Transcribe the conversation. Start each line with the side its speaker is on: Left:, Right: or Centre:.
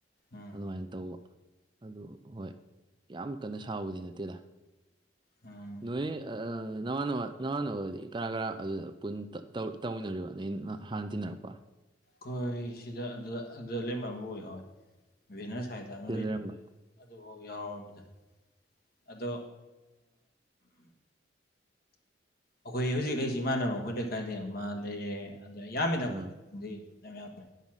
Left: ꯎꯝ
Right: ꯑꯗꯨꯃꯥꯏꯅ ꯇꯧꯕ ꯑꯗꯨ ꯍꯣꯏ ꯌꯥꯝ ꯀꯟꯅ ꯁꯥꯕꯗꯤ ꯅꯠꯇꯦꯗ
Left: ꯎꯝ
Right: ꯅꯣꯏ ꯅꯃꯥꯟꯋꯥ ꯅꯃꯥꯟꯅꯕꯗꯤ ꯀꯔꯥ ꯀꯔ ꯑꯗꯨ ꯇꯧꯃꯤꯟꯅꯔꯤꯕ ꯑ ꯍꯥꯟꯅ ꯇꯤꯟꯅꯔꯛꯄ
Left: ꯈꯣꯏ ꯁꯤꯗ ꯑꯗꯨꯗ ꯑꯗꯨꯗ ꯂꯦꯝꯕ ꯑꯃ ꯑꯣꯏ ꯍꯣꯏ ꯚꯅ ꯁꯥꯏ ꯌꯥꯝꯔ
Right: ꯁꯤꯗ ꯂꯩꯔꯝꯕ
Left: ꯑꯗꯨꯐꯥꯎ ꯌꯥꯎꯔꯕꯝꯃꯤꯗ ꯑꯗꯣ ꯑꯩꯈꯣꯏ ꯍꯧꯖꯤꯛ ꯂꯩꯁꯤ ꯏꯃꯥꯟꯅꯕ ꯑꯩꯈꯣꯏ ꯂꯩꯀꯥꯏꯗꯩ ꯑꯃ ꯂꯩꯔꯦ ꯑꯗ ꯌꯥꯝꯃꯤꯗ ꯑꯩꯈꯣꯏ
Right: ꯑꯥ
Left: ꯌꯥꯝꯃꯦ